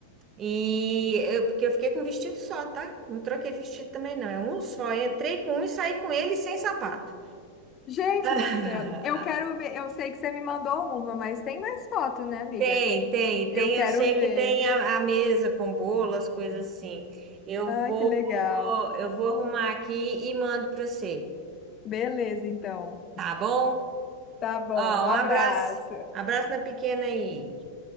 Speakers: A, on the right; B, on the left.
A: E eu, porque eu fiquei com um vestido só, tá? Não troquei de vestido também, não. É um só. Eu entrei com um e saí com ele sem sapato.
B: <laughs> Gente
A: <laughs>
B: do céu, eu quero ver. Eu sei que você me mandou uma, mas tem mais foto, né, amiga?
A: Tem, tem,
B: Eu
A: tem.
B: quero
A: Eu sei
B: ver.
A: que tem a, a mesa com bolo, as coisas assim. Eu
B: Ah,
A: vou,
B: que legal.
A: eu vou arrumar aqui e mando pra você,
B: Beleza, então.
A: tá bom?
B: Tá bom,
A: Ó, um
B: um abraço.
A: abraço. Abraço na pequena aí.